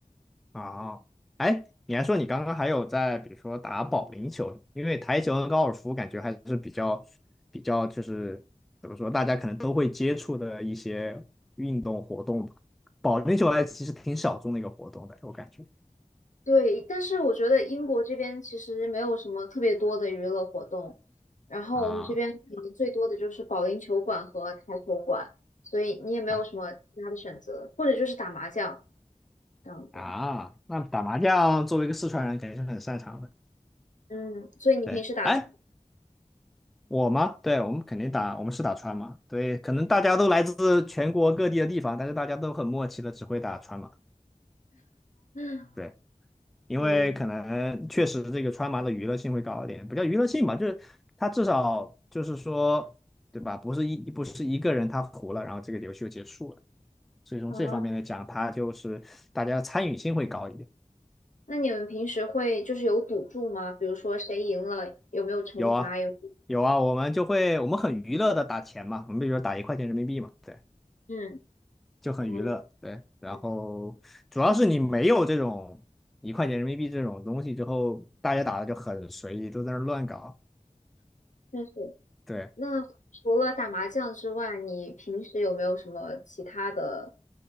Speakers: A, in the centre; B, on the left.
A: 啊，哎，你还说你刚刚还有在，比如说打保龄球，因为台球跟高尔夫感觉还是比较比较就是怎么说，大家可能都会接触的一些运动活动吧。保龄球还其实挺小众的一个活动的，我感觉。
B: 对，但是我觉得英国这边其实没有什么特别多的娱乐活动，然后我们这边可能最多的就是保龄球馆和台球馆，
A: 啊
B: 所以你也没有什么其他的选择，
A: 啊
B: 或者就是打麻将这样子。
A: 啊！那打麻将作为一个四川人，肯定是很擅长的。
B: 嗯，所以你平时打球，
A: 对，哎，我吗？对，我们肯定打，我们是打川麻。对，可能大家都来自全国各地的地方，但是大家都很默契的只会打川麻。
B: 嗯
A: 对。因为可能确实这个川麻的娱乐性会高一点，
B: 嗯
A: 不叫娱乐性吧，就是它至少就是说，对吧？不是一不是一个人他胡了，然后这个游戏就结束了。所以从这方面来讲，
B: 啊，
A: 它就是大家参与性会高一点。
B: 那你们平时会就是有赌注吗？比如说谁赢了有没有惩罚？
A: 有啊，
B: 有没有
A: 有啊，我们就会我们很娱乐的打钱嘛，我们比如说打一块钱人民币嘛，对，
B: 嗯
A: 就很娱乐，
B: 嗯，
A: 对。然后主要是你没有这种一块钱人民币这种东西之后，
B: 嗯
A: 大家打的就很随意，都在那儿乱搞。
B: 确实。
A: 对，
B: 那除了打麻将之外，你平时有没有什么其他的